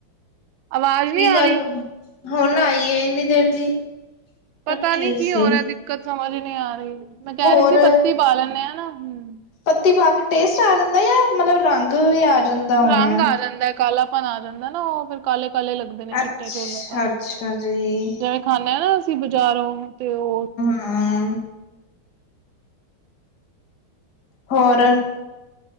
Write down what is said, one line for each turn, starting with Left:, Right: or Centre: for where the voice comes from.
Right: ਆਵਾਜ਼
Left: ਕੀ
Right: ਨਹੀਂ ਆ
Left: ਗੱਲ
Right: ਰਹੀ
Left: ਹੋ ਗਈ? ਹੁਣ ਆਈ ਇੰਨੀ ਦੇਰ ਦੀ
Right: ਪਤਾ
Left: ਕੱਟ
Right: ਨੀ
Left: ਰਹੀ
Right: ਕੀ
Left: ਸੀ
Right: ਹੋ ਰਿਹਾ ਦਿੱਕਤ ਸਮਝ ਨਹੀਂ ਆ ਰਹੀ ਮੈਂ ਕਹਿ
Left: ਹੋਰ
Right: ਰਹੀ ਸੀ। ਪੱਤੀ ਪਾ ਲੈਂਨੇ ਆ ਨਾ ਹਮ
Left: ਪੱਤੀ ਪਾ ਕੇ ਟੇਸਟ ਆ ਜਾਂਦਾ ਜਾਂ ਮਤਲਬ ਰੰਗ ਵੀ ਆ ਜਾਂਦਾ ਹੋਣਾ
Right: ਰੰਗ ਆ ਜਾਂਦਾ ਹੈ ਕਾਲਾਪਨ ਆ ਜਾਂਦਾ ਨਾ ਉਹ ਫਿਰ ਕਾਲੇ ਕਾਲੇ ਲੱਗਦੇ ਚਿੱਟੇ
Left: ਅੱਛਾ-ਅੱਛਾ
Right: ਚੋਲੇ ਪ
Left: ਜੀ
Right: ਜਿਵੇਂ ਖਾਨੇ ਆ ਨਾ ਅਸੀਂ ਬਾਜ਼ਾਰੋਂ ਤੇ ਓ
Left: ਹਾਂ। ਹੋਰ।